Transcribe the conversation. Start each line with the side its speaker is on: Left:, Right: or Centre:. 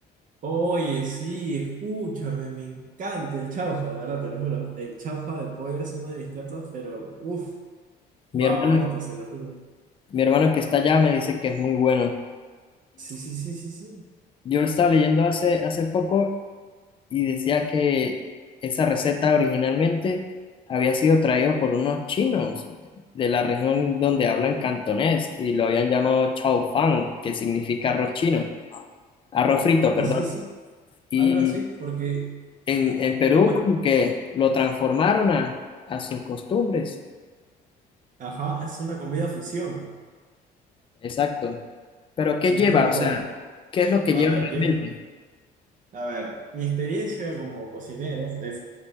Right: Oye, sí, escúchame, me encanta el chaufa, de verdad, te lo juro. El chaufa de pollo es uno de mis platos, pero uff,
Left: Mi
Right: favorito,
Left: hermano,
Right: se lo juro.
Left: mi hermano que está allá me dice que es muy bueno.
Right: Sí, sí, sí, sí, sí.
Left: Yo lo estaba leyendo hace, hace poco y decía que esa receta originalmente había sido traído por unos chinos de la región donde hablan cantonés y lo habían llamado chao fan, que significa arroz chino, arroz frito, perdón.
Right: Sí, sí, sí.
Left: Y
Right: Algo así, porque,
Left: en, en Perú
Right: bueno,
Left: como que lo transformaron a, a sus costumbres.
Right: ajá, es una comida fusión.
Left: Exacto. Pero ¿qué
Right: Sí,
Left: lleva?
Right: tipo,
Left: O sea, ¿qué es lo que
Right: a
Left: lleva
Right: ver,
Left: realmente?
Right: Jeff, a ver, mi experiencia como cocinero es